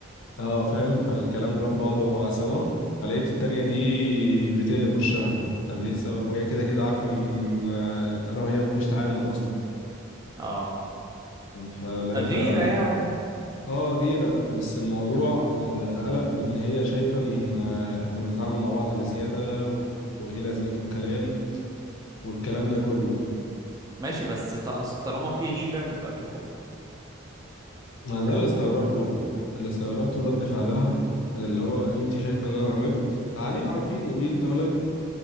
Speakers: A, on the left; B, on the right.
A: اه فاهم فالكلام جاب بعضه مع سما فلقيت التانية دي بتقلب وشها طب ليه السبب وهي كده كده عارفة ان آه، انا وهي مفيش تعامل اصلا
B: اه
A: فلقيتها
B: غيرة يعني
A: اه غيرة بس الموضوع آه، قلب ان هي شايفة ان آه، احنا بنتعامل مع بعض بزيادة و- وايه لازمته الكلام والكلام ده كله
B: ماشي بس ط- أصل طالما في غيرة يبقى في حب
A: ما
B: انت فاهم
A: ده اللي
B: الفكرة
A: استغربته اللي استغربته رد فعلها كان اللي هو انت شايفه ان انا غلطت تعالي عرفيني قولي لي انت غلطت